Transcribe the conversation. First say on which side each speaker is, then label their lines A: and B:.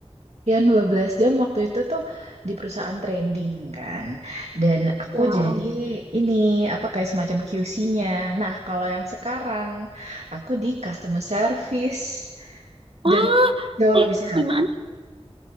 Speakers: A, on the right; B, on the right.
A: Yang 12 jam waktu itu tuh di perusahaan trading kan. Dan aku
B: Wow.
A: jadi ini apa kayak semacam QC-nya. Nah, kalau yang sekarang aku di customer service
B: Oh,
A: dan jauh
B: eh,
A: lebih sehat.
B: di mana?